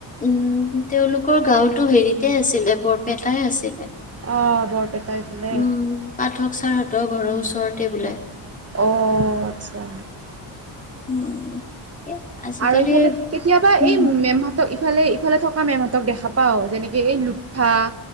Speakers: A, on the left; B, on the right.
A: উম। তেওঁলোকৰ গাঁওতো হেৰিতে আছিলে বৰপেটাই আছিলে,
B: অঁ বৰপেটাৰ ইফালে
A: উম পাঠক ছাৰহঁতৰ ঘৰৰ ওচৰ ওচৰতে বোলে।
B: অঁ আচ্ছা।
A: উম। এ আজিকালি
B: আৰু এইফালে কেতিয়াবা
A: উম
B: এই মেমহতক ইফালে ইফালে থকা মেমহঁতক দেখা পাওঁ যেনেকে এই লোফফা,